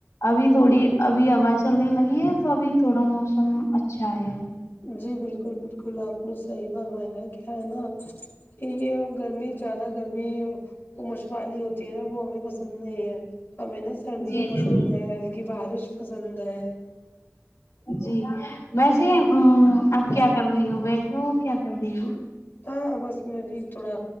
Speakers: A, on the left; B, on the left.
A: ابھی تھوڑی ابھی ہوا چلنے لگی ہے تو ابھی تھوڑا موسم اچھا ہے
B: جی بالکل بالکل آپ صحی فرمایا کیا ہے نا کہ یہ گرمی جایادہ گرمی وہ مشوالی ہوتی ہے نا وہ ہمیں پسند نہیں ہے ہمیں نا سردیاں
A: جی جی
B: پسند
A: بالکل
B: ہے ہلکی بارش پسند ہے
A: جی ویسے ا آپ کیا کر رہی ہو بیٹھی ہو کیا کر رہی ہو
B: ہاں بس میں بھی تھوڑا